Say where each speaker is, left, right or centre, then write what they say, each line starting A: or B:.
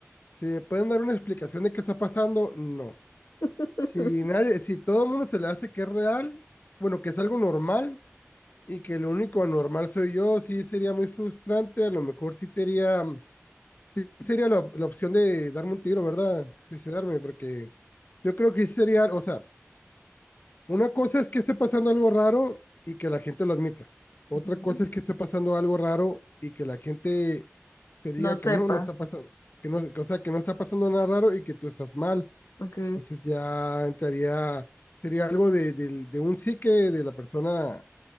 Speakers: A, on the left; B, on the left.
A: si me pueden dar una explicación de qué está pasando, no.
B: <laughs>
A: Si nadie, si todo el mundo se le hace que es real, bueno, que es algo normal y que lo único anormal soy yo, sí sería muy frustrante, a lo mejor sí sería Sí, sería la, op- la opción de darme un tiro, ¿verdad? Suicidarme, porque yo creo que sí sería, o sea, una cosa es que esté pasando algo raro y que la gente lo admita. Otra
B: Ujú.
A: cosa es que esté pasando algo raro y que la gente te diga
B: No sepa.
A: que no, no está pasando, que no, o sea, que no está pasando nada raro y que tú estás mal.
B: Ok.
A: Entonces ya entraría, sería algo de, del- de un psique de la persona